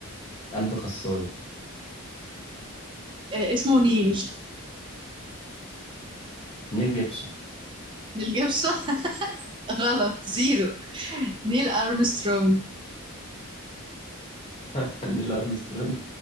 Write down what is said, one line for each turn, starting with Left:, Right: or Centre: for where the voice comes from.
Left: قلب خصايه
Right: آه اسمه نيل
Left: نيل جيبسون
Right: نيل جيبسون <laughs> غلط زيرو نيل ارمسترونج
Left: <laughs> نيل ارمسترونج